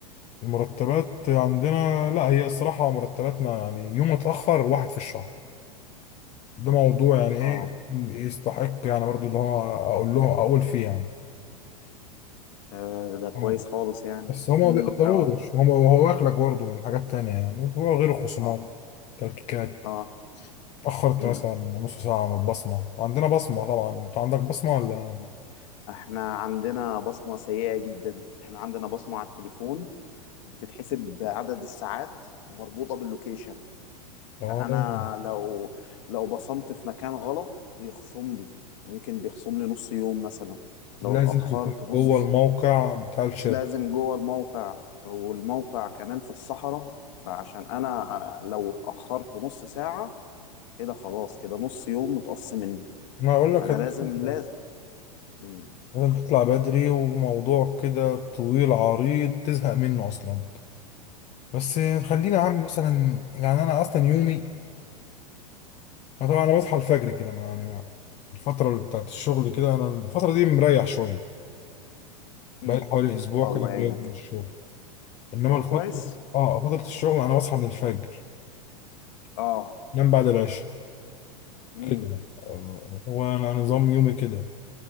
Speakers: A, on the left; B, on the left.
A: المرتبات عندنا لا هي الصراحه مرتباتنا يعني يوم اتاخر واحد في الشهر ده موضوع يعني ايه
B: اه
A: يستحق يعني برضو اللي هو اقول له اقول فيه يعني
B: آه، ده كويس
A: آه.
B: خالص يعني
A: بس هما
B: امم
A: ما بيقدروش
B: اه
A: هما هو واكلك برضو من حاجات تانية يعني غير الخصومات
B: اه
A: تلكيكات
B: اه
A: اتأخرت
B: امم
A: مثلا نص ساعة عن البصمة عندنا بصمة طبعا انت عندك بصمة ولا
B: أمم. احنا عندنا بصمة سيئة جدا احنا عندنا بصمة على التليفون بتتحسب بعدد الساعات ومربوطة باللوكيشن
A: اه
B: فانا لو لو بصمت في مكان غلط بيخصم لي ممكن بيخصم لي نص يوم مثلا لو
A: لازم
B: اتأخرت
A: تكون
B: نص
A: جوه الموقع بتاع الشركة
B: لازم جوه الموقع والموقع كمان في الصحراء فعشان انا لو اتأخرت نص ساعة كده خلاص كده نص يوم متقص مني
A: ما اقول
B: فانا
A: لك هذه
B: لازم
A: الفكرة
B: لازم مم.
A: لازم تطلع بدري وموضوع كده طويل عريض تزهق منه اصلا بس خلينا عن مثلا يعني انا اصلا يومي أنا طبعا انا بصحى الفجر كده ما يعني الفتره بتاعت الشغل كده انا الفتره دي مريح شويه
B: مم.
A: بقالي حوالي اسبوع
B: الله
A: كده مريح
B: يعينك
A: من الشغل انما
B: طب
A: الفتره
B: كويس
A: اه فتره الشغل انا بصحى من الفجر
B: اه
A: انام بعد العشاء
B: مم.
A: كده آه، هو انا نظام يومي كده